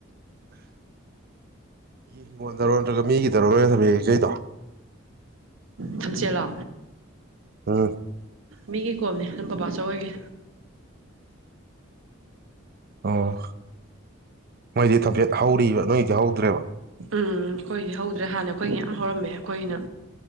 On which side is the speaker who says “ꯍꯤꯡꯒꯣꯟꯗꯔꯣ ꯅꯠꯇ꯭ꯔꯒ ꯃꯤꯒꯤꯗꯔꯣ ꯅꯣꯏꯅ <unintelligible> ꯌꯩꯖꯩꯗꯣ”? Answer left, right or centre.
Right